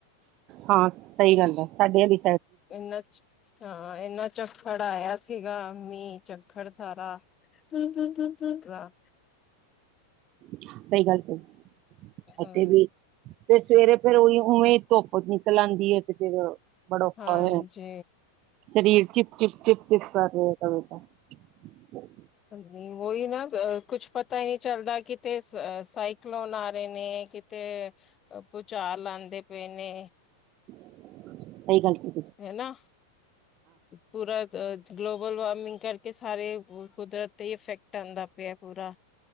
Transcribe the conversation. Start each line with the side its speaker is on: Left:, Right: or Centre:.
Right: ਹਾਂ ਸਹੀ ਗੱਲ ਐ। ਸਾਡਿਆਂ ਦੀ
Left: ਇਨਾ ਹਾਂ ਇੰਨਾ ਝੱਖੜ ਆਇਆ ਸੀਗਾ ਮੀਂਹ ਝੱਖੜ ਸਾਰਾ <unintelligible>
Right: ਸਹੀ ਗੱਲ ਕਹੀ
Left: ਹਮ
Right: ਇੱਥੇ ਵੀ ਤੇ ਸਵੇਰੇ ਫੇਰ ਉਹੀ ਉਵੇਂ ਧੁੱਪ ਨਿਕਲ ਆਂਦੀ ਐ ਤੇ ਫਿਰ, ਬੜਾ ਔਖਾ
Left: ਹਾਂਜੀ
Right: ਹੋਇਆ ਸਰੀਰ ਚਿਪ ਚੁਪ-ਚੁਪ ਚਿਪ ਕਰ ਰਿਹਾ। <unintelligible>
Left: ਹਾਂਜੀ। ਉਹੀ ਨਾ ਕੁਛ ਪਤਾ ਹੀ ਨਹੀਂ ਚੱਲਦਾ ਕਿਤੇ ਸਾਈ। ਖਲਣ ਆ ਰਹੇ ਨੇ ਕਿਤੇ ਭੂਚਾਰ ਆਂਦੇ ਪਏ ਨੇ
Right: ਸਹੀ ਗੱਲ ਕਹੀ।
Left: ਹਨਾ ਪੂਰਾ ਗਲੋਬਲ ਵਾਰਮਿੰਗ ਕਰਕੇ ਸਾਰੇ। ਕੁਦਰਤ ਤੇ ਇਫੈਕਟ ਆਂਦਾ ਪਿਆ ਪੂਰਾ।